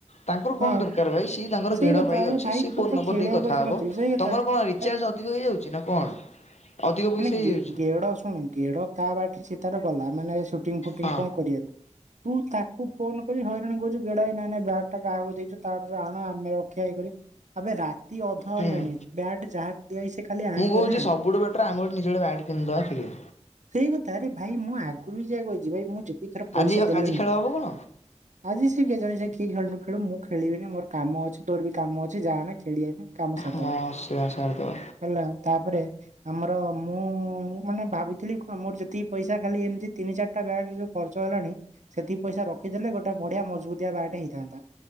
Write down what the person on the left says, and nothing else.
ତାଙ୍କର କଣ
ଦରକାର ଭାଇ ସିଏ ତାଙ୍କର
ଗେଡ
ଭାଇ
ଅଛି, ସିଏ
ଫୋନ
ନମ୍ବର
ନେଇ କଥାହବ
ତମର କଣ ରିଚାର୍ଜ
ଅଧିକ ହେଇଯାଉଛି? ଜିିନା କଣ? ଅଧିକ ପଇସା
ହେଇଯାଉଛି
ହଁ
ହୁଁ।
ମୁଁ କହୁଛି
ସବୁଠୁ ବେଟର ଆମେ ଗୋଟେ ନିଜେ ଗୋଟେ ବ୍ୟାଟ୍ କିଣିଦବା ଖେଳିବା
ଆଜି
ଆଜି ଖେଳ ହବ କଣ
ହଁ ସେୟା ସାରିଦବା।